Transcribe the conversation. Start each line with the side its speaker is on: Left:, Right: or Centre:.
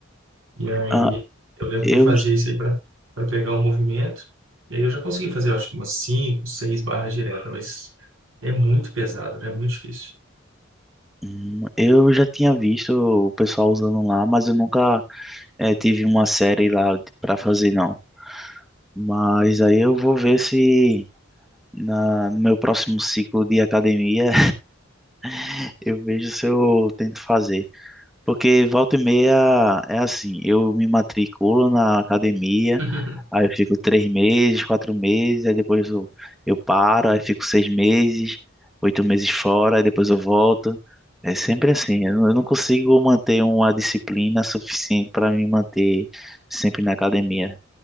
Right: E aí
Centre: Ah,
Right: eu lembro
Centre: eu,
Right: que eu fazia isso aí para para pegar o movimento. E aí eu já consegui fazer, eu acho que umas cinco, seis barras diretas, mas é muito pesado, né? É muito difícil.
Centre: hum, eu já tinha visto o pessoal usando lá, mas eu nunca eh, tive uma série lá para fazer, não. Mas aí eu vou ver se na, no meu próximo ciclo de academia <laughs> eu vejo se eu tento fazer. Porque volta e meia é assim, eu me matriculo na academia,
Right: <laughs>
Centre: aí eu fico três meses, quatro meses, aí depois eu, eu paro, aí fico seis meses, oito meses fora, aí depois eu volto. É sempre assim, eu não eu não consigo manter uma disciplina suficiente para me manter sempre na academia.